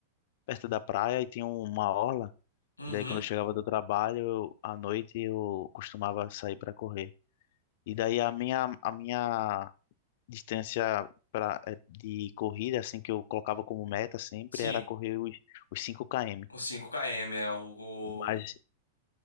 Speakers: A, on the left; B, on the left.
A: perto da praia e tinha uma orla.
B: Uhum,
A: E daí quando eu chegava do trabalho, eu- à noite eu costumava sair para correr. E daí a minha, a minha distância pra, é, de corrida, assim, que eu colocava como meta sempre,
B: sim.
A: era correr os, os 5 km.
B: O cinco km é o.
A: Mas
B: o-